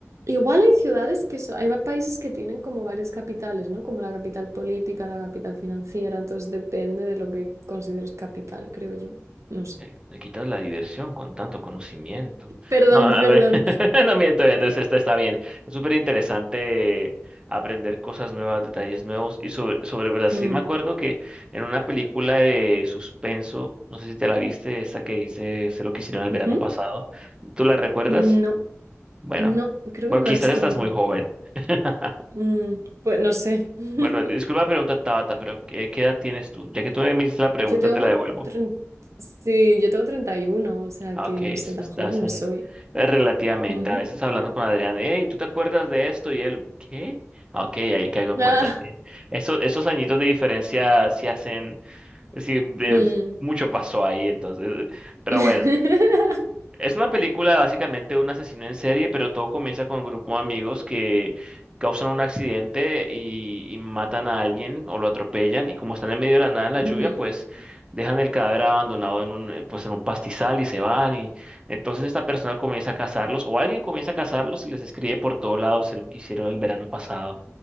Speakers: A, on the right (about 80°); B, on the right (about 20°).
A: Igual hay ciudades que son, hay países que tienen como varias capitales, ¿no? Como la capital política, la capital financiera, entonces depende de lo que consideres capital, creo yo. No sé.
B: Eh, le quitas la diversión con tanto conocimiento.
A: Perdón,
B: No, a
A: perdón.
B: ver, <laughs> no miento, entonces esto está bien. Es súper interesante aprender cosas nuevas, detalles nuevos. Y sobre, sobre Brasil,
A: Mm.
B: me acuerdo que en una película de suspenso, no sé si te la viste, esa que hice, sé lo que hicieron el verano
A: ¿Mm?
B: pasado, ¿tú la recuerdas?
A: No,
B: Bueno,
A: no, creo
B: bueno,
A: que no
B: quizás
A: la he visto
B: estás
A: nunca.
B: muy joven. <laughs>
A: Mm, pues no sé. <laughs>
B: Bueno, disculpa la pregunta, Tabata, pero ¿qué, qué edad tienes tú? Ya que tú me hiciste la pregunta,
A: Yo tengo
B: te la devuelvo.
A: tren- sí, yo tengo treinta y uno o sea
B: Ah,
A: que
B: Ok,
A: no sé,
B: si
A: tan
B: estás
A: joven no
B: en...
A: soy.
B: eh, Relativamente,
A: Ujú.
B: a veces hablando con Adrián, hey, ¿tú te acuerdas de esto? Y él, ¿qué? Ah, Ok, ahí caigo en cuenta,
A: Ah,
B: sí. Eso- esos añitos de diferencia sí hacen, sí, de-
A: mm.
B: mucho pasó ahí, entonces, pero
A: <laughs>
B: bueno. Es una película básicamente de un asesino en serie, pero todo comienza con un grupo de amigos que causan un accidente y, y matan a alguien o lo atropellan y como están en medio de la nada en la
A: Ujú,
B: lluvia, pues dejan el cadáver abandonado en un, eh, pues en un pastizal y se van y entonces esta persona comienza a cazarlos o alguien comienza a cazarlos y les escribe por todos lados de lo que hicieron el verano pasado